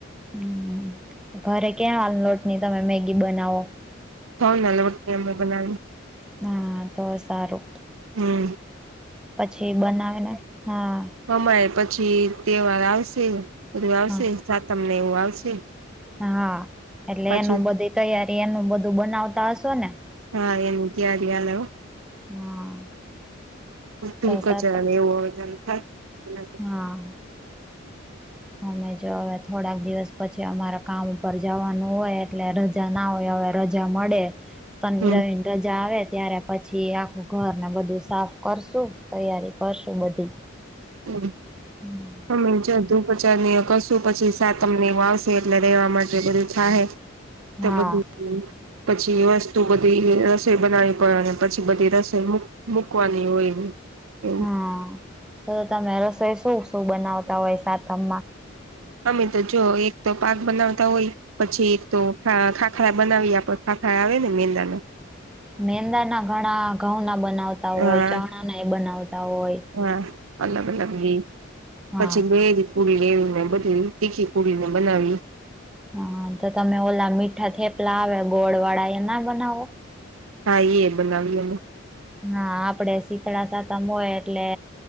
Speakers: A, in the centre; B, on the right.
A: હમ્મ ઘરે ક્યાં લોટની તમે મેગી બનાવો
B: ઘઉંના લોટની અમે બનાવી
A: હા તો સારું
B: હમ્મ.
A: પછી બનાવેને હા.
B: કમાય પછી તહેવાર આવશે બધું આવશે
A: હા
B: સાતમને એવું આવશે
A: હા એટલે
B: પાછું
A: એનું બધી તૈયારી એનું બધું બનાવતા હશો ને
B: હા એનું તૈયારી હાલે હો
A: હા.
B: હમ્મ
A: તો
B: કચરો
A: સાત
B: એવું થાય
A: હા. અમે જો હવે થોડાક દિવસ પછી અમારા કામ ઉપર જવાનું હોય એટલે રજા ત્યાં ના હોય તો હવે રજા મળે શનિ
B: હમ
A: રવિન રજા આવે ત્યારે પછી આખું ઘરને બધું સાફ કરશું તૈયારી કરશું બધી
B: હમ્મ.
A: હમ્મ.
B: અમે જો ધુપચાર કશું પછી સાત તમને વાવશે એટલે રહેેવા માટે બધું થાહે તે
A: હા
B: બધું પછી વસ્તુ બધી રસોઈ બનાવી પણ ડે અને પછી બધી રસોઈ મુક મૂકવાની હોય એવું
A: હમ્મ તો તમે રસોઈ શું શું બનાવતા હોય સાતમમાં
B: અમે તો જો એક તો પાક બનાવતા હોય પછી એક તો હા ખાખાડા બનાવી આપો ખાખા આવે ને મેંદાના
A: મેંદા ના ઘણા ઘઉં ના બનાવતા તા
B: હા
A: હોય ચણા ના બનાવતા હોય
B: હા અલગ અલગ જી
A: હા
B: પછી બેરી પુડી લેવું ને બધી તીખી પુડી ને બનાવવી
A: હા તો તમે ઓલા મીઠા થેપલા આવે ગોળ વાળા એ ના બનાવો?
B: હા એય બનાવી અમે.
A: હા આપડે શીતળા સાતમ હોય એટલે